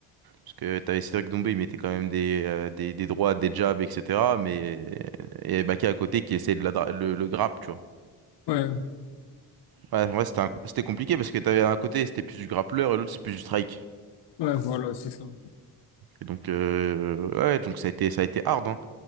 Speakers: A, on the right; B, on the left.
A: Parce que t'avais Cédric Doumbé, il mettait quand même des, euh, des, des droites, des jabs, etc. Mais il y avait Baki à côté qui essayait de la, dra- le, le grappe, tu vois.
B: Ouais.
A: Ouais, ouais, c'était un- c'était compliqué parce que t'avais un côté, c'était plus du grappleur et l'autre, c'est plus du strike.
B: Ouais, voilà, c'est ça.
A: Et donc, euh, ouais, donc ça a été, ça a été hard, hein.